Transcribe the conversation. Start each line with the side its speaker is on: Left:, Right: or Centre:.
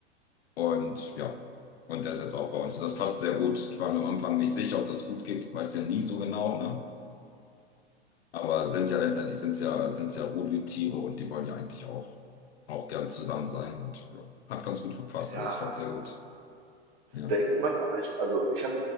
Left: Und ja, und der ist jetzt auch bei uns. Und das passt sehr gut. Ich war mir am Anfang nicht sicher, ob das gut geht. Weiß ja nie so genau, ne? Aber sind ja letztendlich sind's ja, sind's ja Rudeltiere und die wollen ja eigentlich auch, auch gern zusammen sein. Und ja, hat ganz gut gepasst.
Right: Ja,
Left: Also es klappt sehr gut.
Right: das
Left: Ja.
Right: denkt man, aber ich, also ich habe